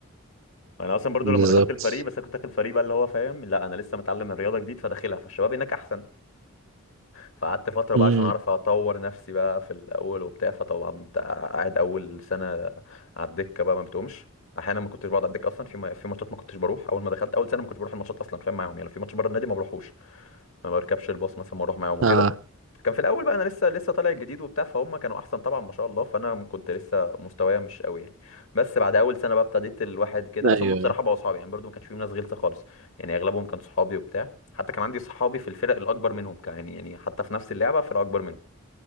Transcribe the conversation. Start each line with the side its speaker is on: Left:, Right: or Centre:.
Left: انا اصلا برضو
Right: بالظبط
Left: لما دخلت الفريق بس انا كنت داخل الفريق بقى اللي هو فاهم لا انا لسه متعلم الرياضه جديد فداخلها فالشباب هناك احسن فقعدت فترة
Right: امم
Left: بقى عشان أعرف أطور نفسي بقى في الأول وبتاع فطبعا أنت قاعد أول سنة على الدكة بقى ما بتقومش أحيانا ما كنتش بقعد على الدكة أصلا في م- في ماتشات ما كنتش بروح أول ما دخلت أول سنة ما كنتش بروح الماتشات أصلا فاهم معاهم يعني لو في ماتش بره النادي ما بروحوش ما بركبش الباص مثلا ما أروح معاهم وكده
Right: اه
Left: كان في الاول بقى انا لسه لسه طالع الجديد وبتاع فهم كانوا احسن طبعا ما شاء الله فانا كنت لسه مستوايا مش قوي يعني بس بعد اول سنه بقى ابتديت الواحد كده بس
Right: ايوه
Left: هم بصراحه
Right: ايوه
Left: بقوا اصحابي يعني برضو ما كانش فيهم ناس غلسه خالص يعني اغلبهم كان صحابي وبتاع حتى كان عندي صحابي في الفرق الاكبر منهم كان يعني يعني حتى في نفس اللعبه فرق اكبر منهم